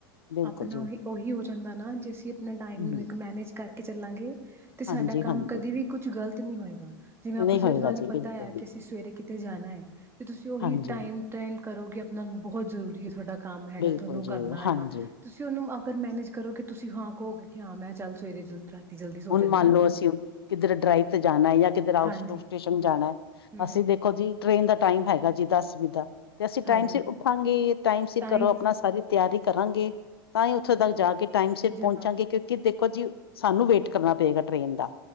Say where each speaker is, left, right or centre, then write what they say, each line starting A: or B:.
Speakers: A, on the left; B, on the right.
A: ਬਿਲਕੁਲ
B: ਆਪਨਾ
A: ਜੀ
B: ਓਹੀ-ਓਹੀ ਹੋ ਜਾਂਦਾ ਨਾ, ਜੇ ਅਸੀਂ ਆਪਨੇ ਟਾਈਮ
A: ਹਮ
B: ਨੂੰ ਇੱਕ ਮੈਨੇਜ ਕਰਕੇ ਚੱਲਾਂਗੇ ਤੇ
A: ਹਾਂਜੀ
B: ਸਾਡਾ ਕੰਮ
A: ਹਾਂਜੀ
B: ਕਦੀ ਵੀ ਕੁਛ ਗਲਤ ਨੀ ਹੋਏਗਾ। ਜਿਵੇਂ ਆਪਾਂ
A: ਨਹੀਂ
B: ਸਵੇਰੇ
A: ਹੋਏਗਾ
B: ਸਾਨੂੰ
A: ਜੀ
B: ਪਤਾ
A: ਬਿਲਕੁਲ
B: ਐ
A: ਵੀ
B: ਕਿ ਅਸੀਂ ਸਵੇਰੇ ਕਿਤੇ ਜਾਨਾ ਏ ਤੇ ਤੁਸੀਂ ਓਹੀ
A: ਹਾਂਜੀ
B: ਟਾਈਮ ਟਰੈਲ ਕਰੋਗੇ ਆਪਨਾ ਬੋਹਤ ਜ਼ਰੂਰੀ ਏ ਥੋਡਾ ਕੰਮ ਹੈਗਾ
A: ਬਿਲਕੁਲ
B: ਥੋਨੂੰ
A: ਜੀ
B: ਕਰਨਾ
A: ਹਾਂਜੀ
B: ਏਆ ਤੁਸੀਂ ਉਹਨੂੰ ਅਗਰ ਮੈਨੇਜ ਕਰੋ, ਤੁਸੀਂ ਹਾਂ ਕਹੋਗੇ। ਕਿ ਹਾਂ ਮੈਂ ਚੱਲ ਸਵੇਰੇ ਜ ਰਾਤੀ ਜਲਦੀ ਸੋ
A: ਹੁਣ
B: ਜਾਂਦੀ
A: ਮੰਨ
B: ਹਾਂ
A: ਲਓ, ਅਸੀਂ ਕਿਧਰ ਡਰਾਈਵ ਤੇ ਜਾਣਾ ਜਾਂ ਕਿਧਰ ਆਊਸ
B: ਹਾਂਜੀ
A: ਟ ਸਟੇਸ਼ਨ ਜਾਣਾ,
B: ਹਮ
A: ਅਸੀਂ ਦੇਖੋ ਜੀ। ਟ੍ਰੇਨ ਦਾ ਟਾਈਮ ਹੈਗਾ ਜੀ ਦਸ ਵੱਜੇ ਦਾ ਤੇ ਅਸੀਂ
B: ਹਾਂਜੀ
A: ਟਾਈਮ ਸਿਰ ਉੱਠਾਂਗੇ ਟਾਈਮ ਸਿਰ
B: ਤਾਂ
A: ਕਰੋ,
B: ਹੀ
A: ਆਪਣਾ ਸਾਰੀ ਤਿਆਰੀ ਕਰਾਂਗੇ, ਤਾਂ ਹੀ ਉੱਥੋਂ ਤੱਕ ਜਾ ਕੇ ਟਾਈਮ ਸਿਰ
B: ਜਾ
A: ਪਹੁੰਚਾਂਗੇ ਕਿਉਂਕਿ ਦੇ ਦੇਖੋ ਜੀ ਸਾਨੂੰ ਵੇਟ ਕਰਨਾ ਪਏਗਾ ਟ੍ਰੇਨ ਦਾ,